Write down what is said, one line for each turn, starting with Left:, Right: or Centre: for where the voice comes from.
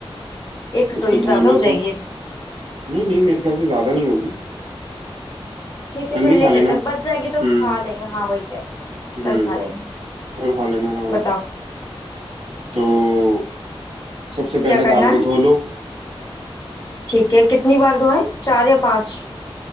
Left: एक कटोरी
Right: उसको धो
Left: ज्यादा
Right: लो
Left: हो
Right: तो
Left: जाएगी
Right: नहीं नहीं मेरे ख्याल से ज़्यादा नहीं होगी
Left: ठीक है
Right: कल
Left: फिर
Right: भी
Left: ले
Right: खा
Left: लेते
Right: लेना
Left: हैं बच जाएगी
Right: हम्म
Left: तो खा लेंगे हाँ वही कह रहे हैं,
Right: हम्म
Left: कल खा लेंगे
Right: कल खा लेना हाँ
Left: बताओ
Right: तो सबसे पहले
Left: क्या करना
Right: दाल को
Left: है
Right: धो लो
Left: ठीक है कितनी बार धोएं चार या पांच